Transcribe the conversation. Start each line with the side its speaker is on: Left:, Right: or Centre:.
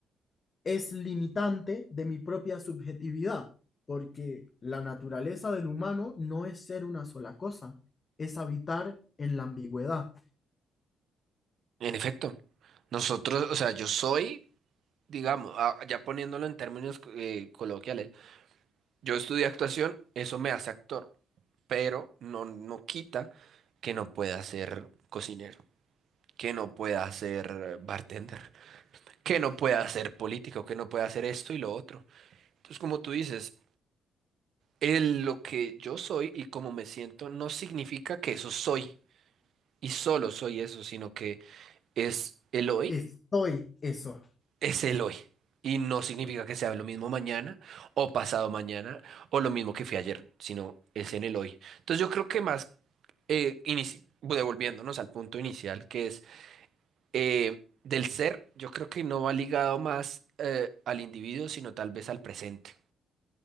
Left: es limitante de mi propia subjetividad, porque la naturaleza del humano no es ser una sola cosa, es habitar en la ambigüedad.
Right: En efecto, nosotros, o sea, yo soy, digamos, ah, ya poniéndolo en términos eh, coloquiales, yo estudié actuación, eso me hace actor, pero no, no quita que no pueda ser cocinero, que no pueda ser bartender, que no pueda ser político, que no pueda hacer esto y lo otro. Entonces, como tú dices, el- lo que yo soy y como me siento no significa que eso soy y solo soy eso, sino que es el hoy
Left: Estoy eso.
Right: es el hoy. Y no significa que sea lo mismo mañana o pasado mañana o lo mismo que fue ayer, sino es en el hoy. Entonces yo creo que más, eh, inici- devolviéndonos al punto inicial, que es eh, del ser, yo creo que no va ligado más eh, al individuo, sino tal vez al presente.